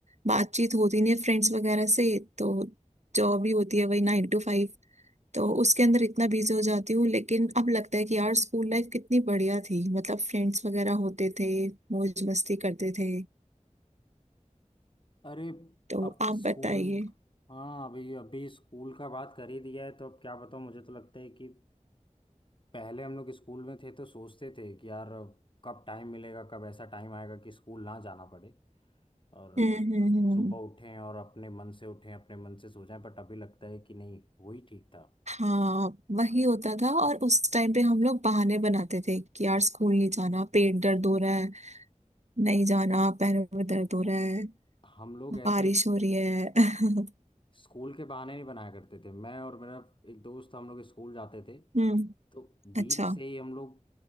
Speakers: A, on the right; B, on the left.
A: बातचीत होती नहीं है फ्रेंड्स वगैरह से तो जॉब ही होती है वही नाइन टू फाइव तो उसके अंदर इतना बिजी हो जाती हूँ लेकिन अब लगता है कि यार स्कूल लाइफ कितनी बढ़िया थी मतलब फ्रेंड्स वगैरह होते थे मौज मस्ती करते थे
B: अरे
A: तो
B: अब
A: आप
B: स्कूल
A: बताइए
B: हाँ अभी अभी स्कूल का बात कर ही दिया है तो अब क्या बताऊँ मुझे तो लगता है कि पहले हम लोग स्कूल में थे तो सोचते थे कि यार कब टाइम मिलेगा कब ऐसा टाइम आएगा कि स्कूल ना जाना पड़े और
A: हम्म हम्म हम्म
B: सुबह उठें और अपने मन से उठें अपने मन से सो जाएं बट अभी लगता है कि नहीं वही ठीक था
A: हाँ वही होता था और उस टाइम पे हम लोग बहाने बनाते थे कि यार स्कूल नहीं जाना पेट दर्द हो रहा है नहीं जाना पैरों में दर्द हो रहा है
B: हम लोग ऐसे
A: बारिश हो रही है <laughs>
B: स्कूल के बहाने नहीं बनाया करते थे मैं और मेरा एक दोस्त हम लोग स्कूल जाते थे
A: हम्म
B: तो बीच
A: अच्छा
B: से ही हम लोग